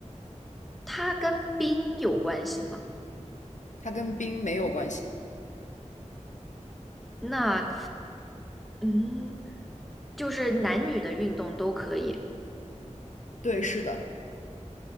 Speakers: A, in the centre; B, on the left.
A: 它跟冰有关系吗？
B: 它跟冰没有关系。
A: 那，嗯，就是男女的运动都可以。
B: 对，是的，